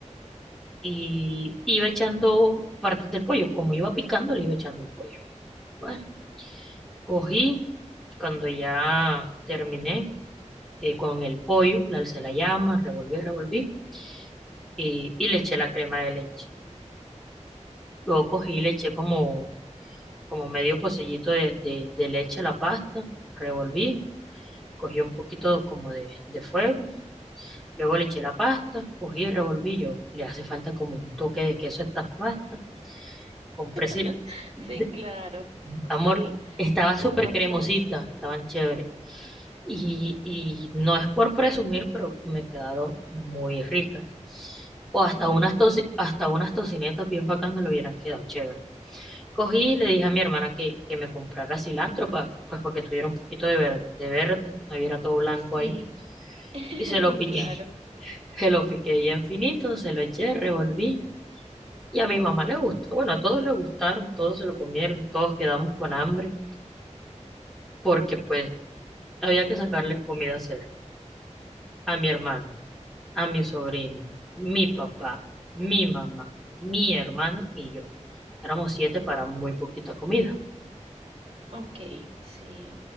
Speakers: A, in the centre; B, on the right.
A: Y iba echando partes del pollo, como iba picando, le iba echando el pollo. Bueno, cogí, cuando ya terminé eh, con el pollo, le alcé la llama, revolví, revolví y, y le eché la crema de leche. Luego cogí y le eché como, como medio pocillito de, de de leche a la pasta, revolví, cogí un poquito como de de fuego Luego le eché la pasta, cogí y revolví yo. Le hace falta como un toque de queso a estas pastas. Compré sil...
B: <laughs>
A: de-
B: Sí, claro.
A: Amor,
B: Al-
A: estaba
B: las
A: súper
B: pastas
A: cremosita, estaban chéveres. Y, y no es por presumir, pero me quedaron muy ricas. O hasta
B: muy
A: unas,
B: ricas.
A: toci- hasta unas tocinetas bien bacanas le hubieran quedado chévere. Cogí y le dije a mi hermana que, que me comprara cilantro pa- pues para que tuviera un poquito de, ver- de verde, no hubiera todo blanco
B: Sí,
A: ahí.
B: <laughs>
A: Y se lo piqué.
B: claro.
A: Se lo piqué ya infinito, se lo eché, revolví y a mi mamá le gustó. Bueno, a todos le gustaron, todos se lo comieron, todos quedamos con hambre porque pues había que sacarle comida a Sergio, a mi hermano, a mi sobrino, mi papá, mi mamá, mi hermano y yo. Éramos siete para muy poquita comida.
B: Ok, sí.